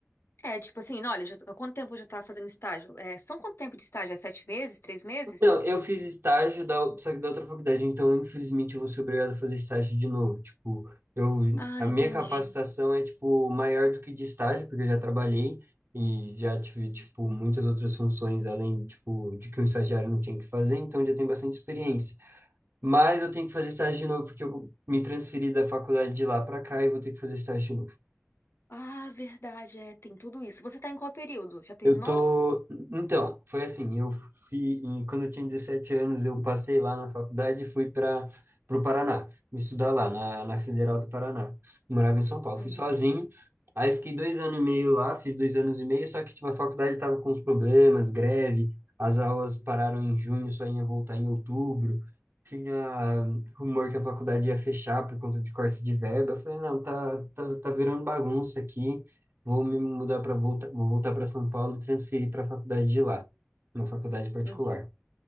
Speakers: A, on the left; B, on the right.
A: é tipo assim, olha, já- há quanto tempo eu já tava fazendo estágio? É, são quanto tempo de estágio? É sete meses? Três meses?
B: Não, eu fiz estágio da, só que da outra faculdade, então infelizmente eu vou ser obrigado a fazer estágio de novo. Tipo, eu,
A: Ah,
B: a
A: entendi.
B: minha capacitação é tipo maior do que de estágio, porque eu já trabalhei e já tive tipo muitas outras funções além tipo de que um estagiário não tinha que fazer, então eu já tenho bastante experiência. Mas eu tenho que fazer estágio de novo porque eu me transferi da faculdade de lá para cá e vou ter que fazer estágio de novo.
A: Ah, verdade, é, tem tudo isso. Você tá em qual período? Já terminou?
B: Eu tô. Então, foi assim, eu fui. em- Quando eu tinha 17 anos, eu passei lá na faculdade e fui para o Paraná, me estudar lá, na, na Federal do Paraná. Morava em São Paulo,
A: Uhum.
B: fui sozinho. Aí fiquei dois anos e meio lá, fiz dois anos e meio, só que tipo, a faculdade estava com uns problemas, greve, as aulas pararam em junho, só ia voltar em outubro. Tinha rumor que a faculdade ia fechar por conta de corte de verba. Eu falei, não, tá, tá, tá virando bagunça aqui. Vou me mudar para voltar, vou voltar para São Paulo e transferir para a faculdade de lá, uma faculdade particular.
A: En-